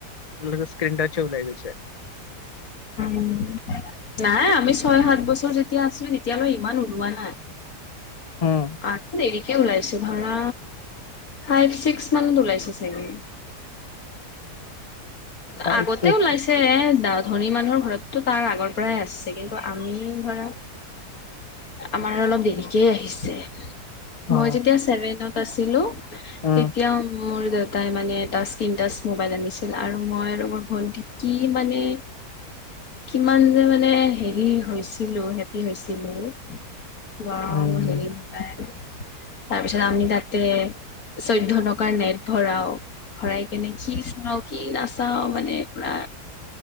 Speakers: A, on the left; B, on the left.
A: <unintelligible> স্ক্ৰীণ টাচ্চে ওলাই গৈছে।
B: উম, নাই, আমি ছয় সাত বছৰ যেতিয়া আছিলোঁ, তেতিয়ালৈ ইমান ওলোৱা নাই।
A: হম।
B: <unintelligible> দেৰিকে ওলাইছে, ধৰা ফাইভ ছিক্স মানত ওলাইছে চাগে।
A: ফাইভ
B: আগতে
A: ছিক্স
B: ওলাইছে, ধনী মানুহৰ ঘৰততো তাৰ আগৰ পৰাই আছে। ত' আমি ধৰা, আমাৰ অলপ দেৰিকেই আহিছে।
A: অ
B: মই যেতিয়া ছেভেনত পাছিলোঁ
A: উম
B: তেতিয়া
A: উম।
B: মোৰ দেউতাই মানে এটা স্কিন টাইচ মবাইল আনিছ <unintelligible> আৰু মই আৰু মোৰ ভণ্টি কি মানে কিমান যে মানে হেৰি হৈছিলোঁ হেপী হৈছিলোঁ। ৱাও
A: উম
B: হেৰি তাৰপিছত আমি তাতে চৈধ্য টকাৰ নেট ভৰাও। ভৰাই কেনে কি চুনাও। কি নাচাও মানে পোৰা,